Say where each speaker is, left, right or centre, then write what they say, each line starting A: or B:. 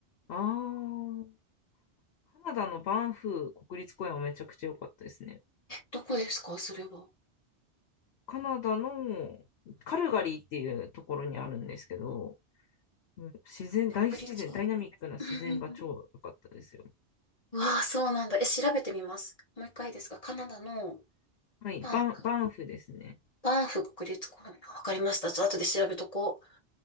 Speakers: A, on the left; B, on the left.
A: ああー、カナダのバンフー国立公園はめちゃくちゃ良かったですね。
B: どこですかそれは。
A: カナダのカルガリーっていうところにあるんですけど、うん自然、大自然、
B: 国立公園。
A: ダイナミックな自然が超良かったですよ。
B: うんうんうんう <laughs> わあ、そうなんだ。え、調べてみます。もう一回ですかカナダの
A: はい、
B: バンフ、
A: バン、バンフですね。
B: バンフ国立公園。わかりました。ちょっと後で調べとこ